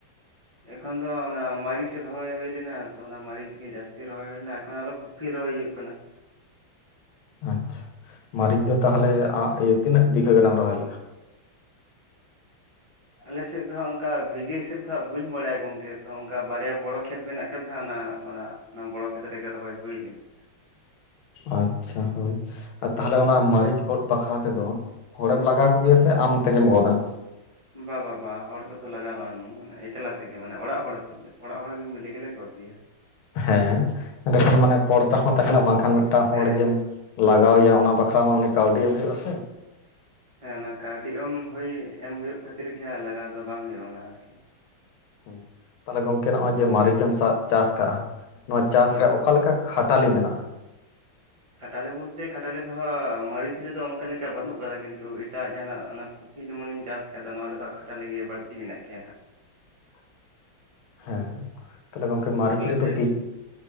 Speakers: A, on the right (about 55°); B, on the left (about 80°).
A: ᱮᱠᱷᱚᱱ ᱫᱚ ᱚᱱᱟ ᱢᱟᱹᱨᱤᱪ ᱨᱚᱦᱚᱭ ᱦᱩᱭ ᱞᱮᱱᱟ ᱛᱚ ᱚᱱᱟ ᱢᱟᱹᱨᱤᱪ ᱜᱮ ᱡᱟᱹᱥᱛᱤ ᱨᱚᱦᱚᱭ ᱦᱩᱭ ᱞᱮᱱᱟ ᱮᱠᱷᱚᱱ ᱟᱨᱚ ᱯᱷᱤ ᱨᱚᱭ ᱦᱩᱭᱩᱜ ᱠᱟᱱᱟ ᱾
B: ᱟᱪᱪᱷᱟ ᱢᱟᱹᱨᱤᱪ ᱫᱚ ᱛᱟᱦᱚᱞᱮ
A: ᱦᱩᱸ
B: ᱛᱤᱱᱟᱹᱜ ᱵᱤᱜᱷᱟᱹ ᱜᱟᱱᱮᱢ ᱨᱚᱦᱚᱭ ᱞᱮᱫᱼᱟ?
A: ᱟᱞᱮᱥᱮᱫ ᱫᱚᱦᱟ ᱚᱱᱠᱟ ᱵᱤᱜᱷᱟᱹ ᱦᱤᱥᱮᱵ ᱫᱚᱦᱟᱜ ᱵᱟᱹᱧ ᱵᱟᱲᱟᱭᱟ ᱜᱚᱢᱠᱮ ᱾ ᱛᱚ ᱚᱱᱠᱟ ᱵᱟᱨᱭᱟ ᱵᱚᱲᱚ ᱠᱷᱮᱛ ᱢᱮᱱᱟᱜ ᱟᱠᱟᱫᱟ ᱚᱱᱟ ᱚᱱᱟ ᱚᱱᱟ ᱵᱚᱲᱚ <unintelligible> ᱠᱷᱮᱛ ᱨᱮᱜᱮ ᱨᱚᱦᱚᱭ ᱦᱩᱭ ᱞᱮᱱᱟ᱾
B: ᱟᱪᱪᱷᱟ ᱦᱳᱭ ᱟᱨ ᱛᱟᱦᱚᱞᱮ
A: ᱦᱩᱸ
B: ᱚᱱᱟ ᱢᱟᱹᱨᱤᱪ᱾ ᱜᱚᱫ ᱵᱟᱠᱷᱨᱟ ᱛᱮᱫᱚ ᱦᱚᱲᱮᱢ ᱞᱟᱜᱟᱣ ᱠᱚᱜᱮᱭᱟ ᱥᱮ ᱟᱢ ᱛᱮᱜᱮᱢ ᱜᱚᱫᱟ᱾
A: ᱵᱟ ᱵᱟ ᱵᱟ ᱦᱚᱲ ᱠᱚᱫᱚ ᱞᱟᱜᱟ ᱵᱟᱝ ᱢᱟᱱᱮ ᱮᱠᱞᱟ ᱛᱮᱜᱮ ᱢᱟᱱᱮ ᱚᱲᱟᱜ ᱦᱚᱲ ᱚᱲᱟᱜ ᱦᱚᱲ ᱢᱤᱞᱤ ᱜᱮᱞᱮ ᱜᱚᱫ ᱜᱮᱭᱟ᱾
B: ᱦᱮᱸ ᱮᱸᱰᱮᱠᱷᱟᱱ ᱢᱟᱱᱮ ᱯᱚᱲᱛᱟ ᱦᱚᱸ ᱛᱟᱦᱮᱱᱟ ᱵᱟᱝᱠᱷᱟᱱ ᱢᱤᱫᱴᱟᱱ
A: ᱦᱮᱸ
B: ᱦᱚᱲ ᱡᱮᱢ
A: ᱦᱮᱸ
B: ᱞᱟᱜᱟᱣᱮᱭᱟ ᱚᱱᱟ ᱵᱟᱠᱷᱨᱟ ᱢᱟ ᱩᱱᱤ ᱠᱟᱹᱣᱰᱤ ᱮᱢ ᱦᱩᱭᱩᱜ ᱟ ᱥᱮ᱾
A: ᱦᱮᱸ ᱚᱱᱟ ᱠᱟᱹᱣᱰᱤ ᱮᱢ ᱦᱩᱭ ᱮᱢ ᱦᱩᱭᱩᱜ ᱠᱷᱟᱹᱛᱤᱨ ᱜᱮ ᱦᱮᱸ ᱞᱟᱜᱟᱣ ᱫᱚ ᱵᱟᱝ ᱦᱩᱭᱩᱜᱼᱟ ᱚᱱᱟ ᱟᱨᱠᱤ᱾
B: ᱦᱮᱸ ᱛᱟᱦᱞᱮ ᱜᱚᱝᱠᱮ ᱱᱚᱜᱼᱚᱭ ᱡᱮ
A: ᱦᱳᱭ
B: ᱢᱟᱹᱨᱤᱪ ᱮᱢ ᱪᱟᱥ ᱠᱟᱜᱼᱟ ᱱᱚᱣᱟ ᱪᱟᱥ
A: ᱦᱳᱭ
B: ᱨᱮ ᱚᱠᱟᱞᱮᱠᱟ ᱠᱷᱟᱴᱟᱞᱤ ᱢᱮᱱᱟᱜᱼᱟ᱾
A: ᱠᱷᱟᱴᱟᱞᱮ ᱵᱚᱞᱛᱮ ᱠᱷᱟᱴᱟᱞᱮ ᱫᱚ ᱦᱟᱸᱜ ᱢᱟᱹᱨᱤᱪ ᱨᱮᱫᱚ ᱚᱱᱠᱟ ᱞᱮᱠᱟ ᱵᱟᱹᱱᱩᱜ ᱠᱟᱫᱟ ᱠᱤᱱᱛᱩ ᱮᱴᱟᱜ ᱡᱟᱦᱟᱸᱱᱟᱜ ᱚᱱᱟ ᱠᱩᱯᱷᱤ ᱡᱮᱢᱚᱱᱤᱧ ᱪᱟᱥ ᱠᱟᱫᱟ ᱱᱚᱣᱟ ᱨᱮᱫᱚ ᱠᱷᱟᱴᱟᱞᱤᱜᱮ ᱵᱟᱹᱲᱛᱤ ᱢᱮᱱᱟᱜ ᱜᱮᱭᱟ ᱦᱟᱸᱜ᱾
B: ᱦᱮᱸ ᱛᱟᱦᱞᱮ ᱜᱚᱝᱠᱮ ᱢᱟᱹᱨᱤᱪ
A: ᱠᱷᱟᱴᱟᱞᱮᱛᱮ
B: ᱨᱮᱫᱚ ᱛᱤᱡ